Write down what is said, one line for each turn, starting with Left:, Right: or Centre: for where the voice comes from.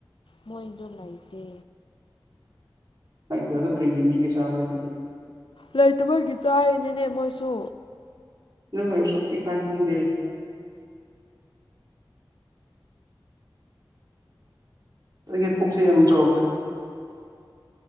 Left: ꯃꯣꯏꯟꯗꯝ ꯂꯏꯗꯦ
Right: ꯍꯥꯏꯥꯏꯔꯤ ꯑꯗꯨ ꯀ꯭ꯔꯦ ꯏꯦ ꯃꯤꯒꯦ ꯆꯕꯔ ꯇꯗꯤ
Left: ꯂꯩꯇ ꯃꯣꯏꯒꯤ ꯆꯥꯔꯤꯅꯤꯅꯦ ꯃꯣꯏꯁꯨ
Right: ꯅꯣꯏ ꯁ ꯏ ꯀꯥꯏ ꯈꯪꯗꯦ ꯑꯗꯒꯤ ꯄꯨꯛꯁꯤ ꯌꯥꯝ ꯆꯥꯎꯈ꯭ꯔꯦ